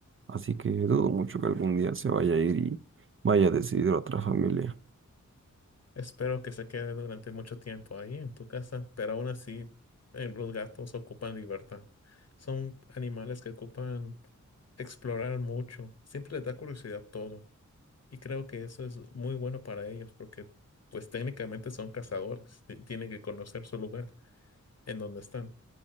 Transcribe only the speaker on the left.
Espero que se quede durante mucho tiempo ahí en tu casa, pero aún así, eh, los gatos ocupan libertad. Son animales que ocupan explorar mucho. Siempre les da curiosidad todo. Y creo que eso es muy bueno para ellos porque, pues técnicamente son cazadores. ti- Tienen que conocer su lugar en donde están.